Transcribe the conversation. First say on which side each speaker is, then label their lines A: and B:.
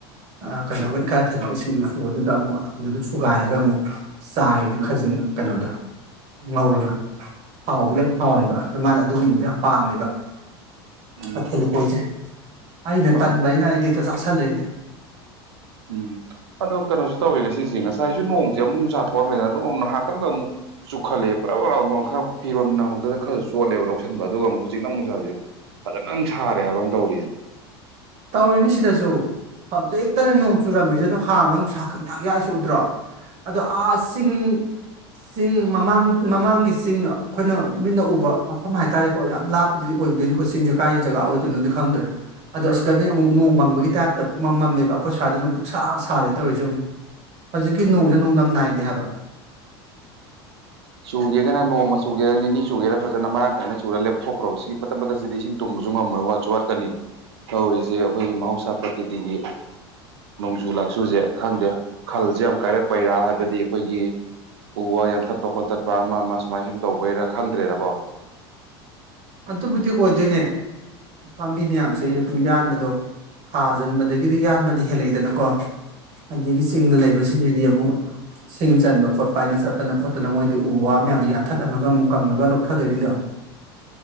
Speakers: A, on the right (about 50°); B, on the right (about 85°).
A: ꯑꯥ ꯀꯩꯅꯣꯒ ꯏꯀꯥꯏꯊꯕꯤꯒ ꯁꯤꯡꯖꯨ ꯁꯨꯕꯗꯨꯗ ꯑꯃꯨꯛ ꯑꯗꯨꯗ ꯁꯨꯒꯥꯏꯔꯒ ꯑꯃꯨꯛ ꯆꯥꯏꯔꯤꯅꯦ
B: ꯎꯝ
A: ꯈꯖꯤꯡ ꯀꯩꯅꯣꯗꯣ꯫ ꯉꯧꯔꯒ ꯍꯥꯎꯕꯗꯤ ꯌꯥꯝ ꯍꯥꯎꯋꯦꯕ ꯃꯥꯅ ꯑꯗꯨꯒꯨꯝꯕꯗꯣ ꯌꯥꯝ ꯄꯥꯝꯃꯦꯕ
B: ꯎꯝ
A: ꯃꯊꯦꯜ ꯂꯨꯀꯣꯏꯁꯦ ꯑꯩꯅ
B: ꯄꯥꯝꯃꯦ
A: ꯇꯟꯕꯅꯤꯅ ꯑꯩꯗꯤ ꯍꯦꯛꯇ ꯆꯥꯥꯁꯜꯂꯦ ꯑꯩꯗꯤ꯫
B: ꯎꯝ꯫ ꯑꯗꯣ ꯀꯩꯅꯣꯁꯨ ꯇꯧꯋꯤ ꯉꯁꯤꯁꯦ ꯉꯁꯥꯏꯁꯨ ꯅꯣꯡꯁꯦ ꯑꯃꯨꯛ ꯅꯨꯡꯁꯥ ꯊꯣꯛꯑꯃꯦꯅ ꯑꯗꯛ ꯅꯍꯛ ꯇꯪꯗ ꯑꯃꯨꯛ ꯆꯨꯈꯠꯂꯛꯑꯦ ꯄꯔꯞ <unintelligible> ꯐꯤꯔꯣꯟ ꯅꯪꯍꯧꯗꯗꯅ ꯈꯔꯁꯨ ꯆꯣꯠꯂꯦꯕ ꯂꯧꯁꯤꯟꯕ ꯑꯗꯨꯒ ꯑꯃꯨꯛ ꯍꯧꯖꯤꯛꯅ ꯃꯨꯛ ꯅꯨꯡꯁꯥꯁꯦ ꯐꯖꯅ ꯑꯃꯨꯛ ꯁꯥꯔꯦ ꯍꯥꯏꯕ ꯑꯃꯨꯛ ꯇꯧꯔꯤꯁꯦ꯫
A: ꯇꯧꯔꯤꯅꯦ ꯁꯤꯗꯁꯨ ꯍꯧꯖꯤꯛꯇꯅꯤ ꯅꯣꯡ ꯆꯨꯔꯝꯃꯤꯁꯦ ꯑꯗꯣ ꯍꯥꯡꯉꯒ ꯅꯨꯡꯁꯥ ꯈꯪꯌꯥꯛ ꯌꯥꯛꯏꯁꯦ ꯎꯗ꯭ꯔꯣ꯫ ꯑꯗꯣ ꯑꯥ ꯆꯤꯡ ꯆꯤꯡ ꯃꯃꯥꯡ ꯃꯃꯥꯡꯒꯤ ꯆꯤꯡ ꯑꯩꯈꯣꯏꯅ ꯃꯤꯠꯅ ꯎꯕ ꯃꯐꯝ ꯍꯥꯏꯇꯥꯔꯦꯀꯣ ꯌꯥꯝ ꯂꯥꯞ ꯄꯗꯤ ꯑꯣꯏꯕꯗꯣꯏꯅꯤꯀꯣ ꯆꯤꯡꯁꯦ ꯀꯥꯏ ꯖꯒꯥ ꯑꯣꯏꯗꯣꯏꯅꯣꯗꯤ ꯈꯪꯗ꯭ꯔꯦ ꯑꯗꯣ ꯗꯗꯤ ꯑꯃꯨꯛ ꯅꯣꯡ ꯃꯪꯕꯒꯤ ꯇꯥꯏꯞꯇ ꯄꯨꯡꯃꯝ ꯃꯝꯃꯦꯕ ꯑꯩꯈꯣꯏ ꯁ꯭ꯋꯥꯏꯗꯅ ꯑꯃꯨꯛ ꯄꯨꯛꯁꯥ ꯁꯥꯔꯦ ꯇꯧꯔꯤꯁꯤ ꯌꯦꯡꯉꯨ꯫ ꯍꯧꯖꯤꯛꯀꯤ ꯅꯣꯡꯁꯦ ꯅꯣꯡꯗꯝ ꯅꯥꯏꯗꯦ ꯍꯥꯏꯕ꯫
B: ꯆꯨꯒꯦꯒꯅ ꯅꯣꯡꯃ ꯆꯨꯒꯦꯔꯥ ꯅꯤꯅꯤ ꯆꯨꯒꯦꯔꯥ ꯐꯖꯅ ꯃꯔꯥꯡ ꯀꯥꯏꯅ ꯆꯨꯔꯒ ꯂꯦꯞꯊꯣꯛꯈ꯭ꯔꯣꯕ ꯁꯤ ꯄꯗꯠ-ꯄꯗꯠꯁꯤꯗꯤ ꯏꯁꯤꯡ ꯇꯨꯡꯕꯁꯨ ꯉꯝꯃꯔꯣꯏ ꯋꯥꯠꯁꯨ ꯋꯥꯠꯀꯅꯤ ꯇꯧꯔꯤꯁꯦ ꯑꯩꯈꯣꯏꯒꯤ ꯃꯍꯧꯁꯥ ꯄ꯭ꯔꯀꯤꯇꯤꯒꯤ ꯅꯣꯡꯖꯨ ꯂꯥꯆꯨꯁꯦ ꯈꯪꯗꯦ ꯈꯜꯁꯦ ꯌꯥꯝ ꯀꯥꯏꯔꯛꯄꯩꯔꯥ ꯍꯥꯏꯕꯗꯤ ꯑꯩꯈꯣꯏꯒꯤ ꯎ ꯋꯥ ꯌꯥꯟꯊꯠꯄ ꯈꯣꯊꯠꯄ ꯑꯃ-ꯑꯃ ꯁꯨꯃꯥꯏꯅ ꯁꯨꯝ ꯇꯧꯕꯩꯔꯥ ꯈꯪꯗ꯭ꯔꯦꯗꯀꯣ꯫
A: ꯑꯗꯨꯕꯨꯗꯤ ꯑꯣꯏꯗꯣꯏꯅꯦ꯫ ꯄꯥꯝꯕꯤ ꯃꯌꯥꯝꯁꯦ ꯑꯗꯨꯝ ꯌꯥꯟꯕꯗꯣ ꯊꯥꯖꯟꯕꯗꯒꯤꯗꯤ ꯌꯥꯟꯕꯅ ꯍꯦꯜꯂꯛꯏꯗꯅꯀꯣ꯫ ꯑꯗꯒꯤ ꯆꯤꯡꯗ ꯂꯩꯕꯁꯤꯡꯁꯤꯗꯤ ꯑꯃꯨꯛ ꯁꯤꯡ ꯆꯟꯕ ꯈꯣꯠꯄ ꯍꯥꯏꯅ ꯆꯠꯇꯅ ꯈꯣꯠꯇꯅ ꯃꯣꯏꯗꯤ ꯎ ꯋꯥ ꯃꯌꯥꯝꯗꯣ ꯌꯥꯟꯊꯠꯂꯝꯃꯒ ꯑꯃꯨꯛ ꯀꯪꯉꯒ ꯂꯧꯊꯗꯣꯏꯅꯤꯗꯣ꯫